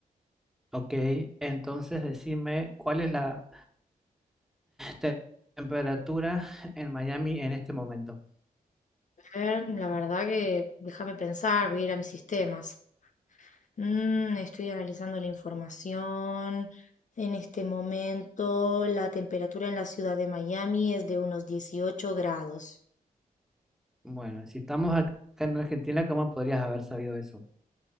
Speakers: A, in the centre; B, on the left.
A: Ok, entonces decime cuál es la te- temperatura en Miami en este momento.
B: A ver, la verdad que déjame pensar, voy a ir a mis sistemas. Mm, estoy analizando la información. En este momento, la temperatura en la ciudad de Miami es de unos 18 grados.
A: Bueno, si estamos acá en Argentina, ¿cómo podrías haber sabido eso